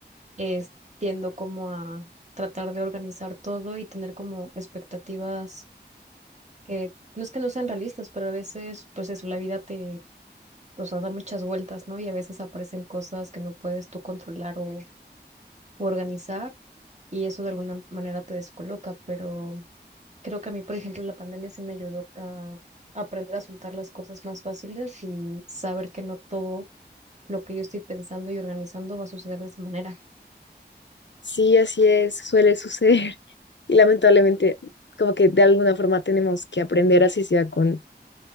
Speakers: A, on the right (about 40°); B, on the left (about 90°).
A: eh, tiendo como a tratar de organizar todo y tener como expectativas que no es que no sean realistas, pero a veces, pues eso, la vida te, o sea, da muchas vueltas, ¿no? Y a veces aparecen cosas que no puedes tú controlar o u organizar y eso de alguna manera te descoloca, pero creo que a mí, por ejemplo, la pandemia sí me ayudó a aprender a soltar las cosas más fáciles y saber que no todo lo que yo estoy pensando y organizando va a suceder de esa manera.
B: sí, así es, suele suceder. <laughs> Y lamentablemente, como que de alguna forma tenemos que aprender, así sea con